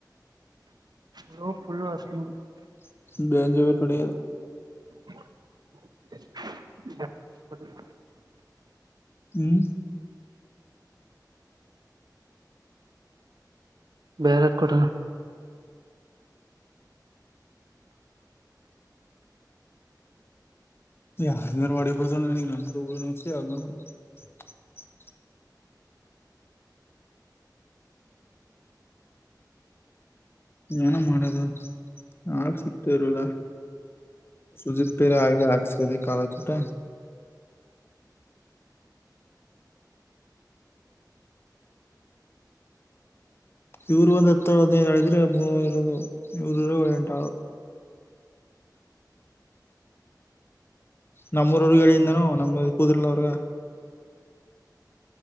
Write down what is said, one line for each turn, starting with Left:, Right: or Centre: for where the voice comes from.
Right: <unintelligible>
Left: <unintelligible>
Right: <unintelligible>
Left: ಹ್ಮ್
Right: ಬೇರೆತ್ ಕೂಡ
Left: ಅರೆ ಮಾಡಾಡಿತ ತ <unintelligible> ಏನ ಮಾಡದು ಆಾಕ್ಸತ ಇರಿಲ್ಲ ಸುಜಿಪ್ಪೇರೆ ಆಗ್ಲಿ ಹಾಕ್ಸದೆ ಕಾಲ ತಊಟ ಇವ್ರ ಒಂದ್ ಹತ್ತ ಹದಿನೈದುಿದ್ರೆ ಮೂರದು ಇವರು ಇ ಎಂಟ ನಮ್ಮೂರ ಅವ್ರಗ್ ಹೇಳಿದಾನು
Right: ಹ್ಮ್
Left: ನಮ್ದ ಕೂದರ್ಲ ಅವ್ರಗ